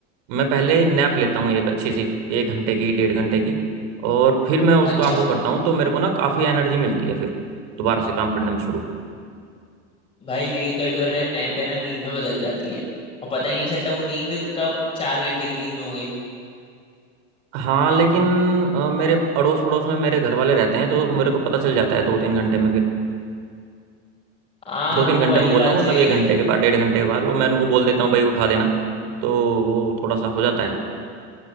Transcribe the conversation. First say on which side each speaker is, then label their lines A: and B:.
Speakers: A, on the right; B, on the left.
A: मैं पहले नैप लेता हूँ एक अच्छी सी एक घंटे की डेढ़ घंटे की और फिर मैं उस
B: अच्छा
A: काम को करता हूँ तो मेरे को ना काफ़ी एनर्जी मिलती है फिर दोबारा से काम करने में शुरू
B: भाई लेकिन कभी कभार नैप है ना नींद में बदल जाती है और पता ही नहीं चलता वो नींद कब चार घंटे की नींद में हो गई
A: हाँ लेकिन अ, मेरे अड़ोस पड़ोस में मेरे घर वाले रहते हैं तो मेरे को पता चल जाता है दो तीन घंटे में फिर
B: हाँ
A: दो तीन
B: वो
A: घंटे
B: वाली
A: में बोल
B: बात
A: रहा हूँ
B: सही
A: मतलब एक
B: है
A: घंटे के बाद डेढ़ घंटे के बाद वो मैं उनको बोल देता हूँ भाई उठा देना तो वो थोड़ा सा हो जाता